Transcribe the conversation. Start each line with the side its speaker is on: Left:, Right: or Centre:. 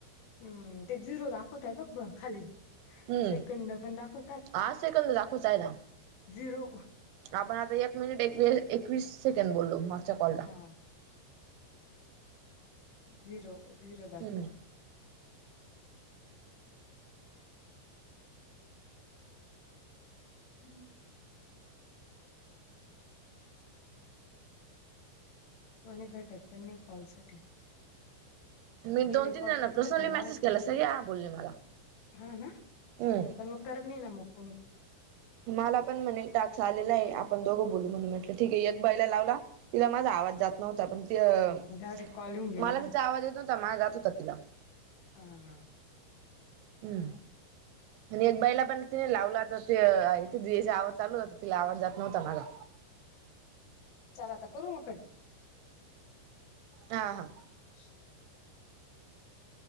Left: हम्म ते झिरो दाखवतयं बघ ब खाली.
Right: हम्म
Left: सेकंद पण दाखवतात
Right: आसं एकांद दाखवचा आहेला.
Left: झिरो
Right: आपण आता एक मिनिट एक वस- एकवीस सेकंड बोललो मागच्या कॉलला.
Left: हा झिरो झिरो दाखवतं.
Right: हम्म
Left: हम्म. म्हणे भेटत पण नाही कॉल साठी.
Right: मी
Left: हे
Right: दोन
Left: रेकॉर्ड
Right: तीन जणांना
Left: का तिथं
Right: पर्सनली
Left: जमा
Right: मेसेज
Left: होते
Right: केला. सगळे हा बोलले मला.
Left: हा ना
Right: हम्म
Left: पण मगं करतं नाही ना मगं.
Right: मला पण म्हणे टाकसा आलेला आहे आपण दोघं बोलू म्हणून म्हट- ठीक आहे एक पहिला लावला तिला माझा आवाज जात नव्हता पणं. ती
Left: हा पण जाऊदे कॉल येऊन गेले
Right: मला
Left: ना
Right: तिचा आवाज येतं नव्हता मीझा जात होता तिला.
Left: हम.
Right: हम्म. आणि एक बाईला पण तिने लावला आता ते आवाज चालू हो तिला आवाज जात नव्हता माझा.
Left: चला आता करू मगं कधी.
Right: हा हा.
Left: <unintelligible>